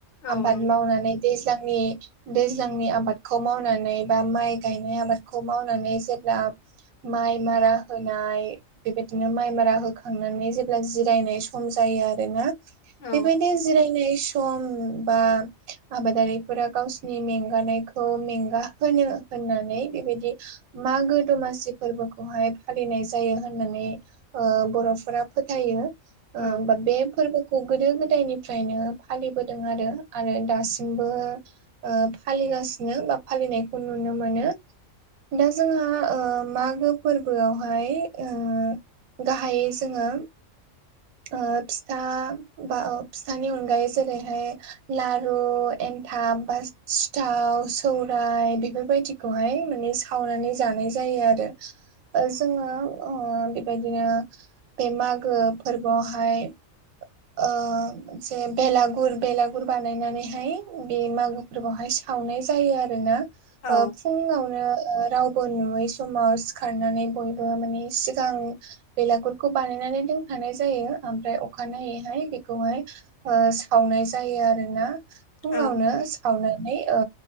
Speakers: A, on the left; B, on the right.
A: औ
B: आबाद
A: नंगौ
B: मावनानै दैज्लांनि दैज्लांनि आबादखौ मावनानै बा माइ गायनाय आबादखौ मावनानै जेब्ला माइ मारा होनाय बेबायदिनो माइ मारा होखांनानै जेब्ला जिरायनाय सम जायो आरोना
A: औ
B: बेबायदि जिरायनाय सम बा आबादारिफोरा गावसोरनि मेंगानायखौ मेंगा होनो होननानै बेबायदि मागो दमासि फोरबोखौहाय फालिनाय जायो होननानै ओ बर'फोरा फोथायो
A: औ
B: ओ बा बे फोरबो खौ गोदो-गोदायनिफ्रायनो फालिबोदों आरो आरो दासिमबो ओ फालिगासिनो बा फालिनायखौ नुनो मोनो दा जोंहा ओ मागो फोरबोआवहाय ओ गाहायै जोङो ओ फिथा बा फिथानि अनगायै जेरैहाय लारु एनथाब बा सिथाव सौराय बेफोरबायदिखौहाय माने खावनानै जानाय जायो आरो ओ जोङो ओ बेबायदिनो बे मागो फोरबोआवहाय ओ जे बेलागुर बेलागुर बानायनानैहाय बे मागो फोरखौहाय सावनाय‌ जायो आरोना
A: औ
B: ओ फुङावनो‌ ओ रावबो‌ बो नुयै समाव सिखारनानै बयबो माने सिगां बेलागुरखौ बानायनानै दोन दोनखानाय जायो आमफ्राय अखानायैहाय बेखौहाय ओ सावनाय जायो आरोना फुंआवनो
A: औ
B: सावना नानै ओ